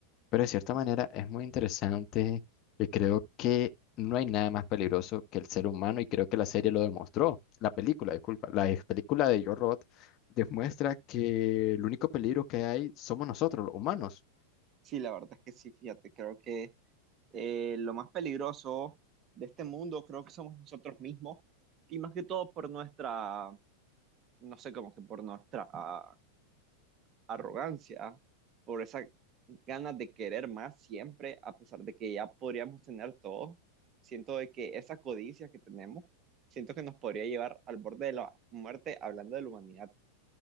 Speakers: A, on the left; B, on the right.
A: Pero de cierta manera es muy interesante y creo que no hay nada más peligroso que el ser humano y creo que la serie lo demostró. La película, disculpa, la ex película de Yo Robot demuestra que el único peligro que hay somos nosotros, los humanos.
B: Sí, la verdad es que sí, fíjate, creo que eh, lo más peligroso de este mundo creo que somos nosotros mismos y más que todo por nuestra, no sé, como que por nuestra ah, arrogancia, por esa ganas de querer más siempre, a pesar de que ya podríamos tener todo. Siento de que esa codicia que tenemos, siento que nos podría llevar al borde de la muerte hablando de la humanidad